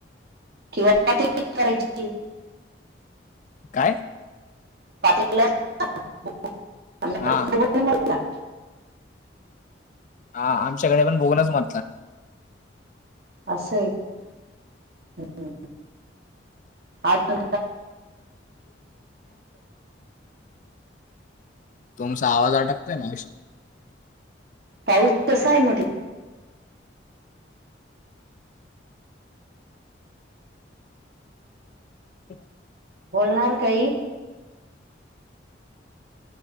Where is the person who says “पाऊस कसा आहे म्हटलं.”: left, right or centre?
Right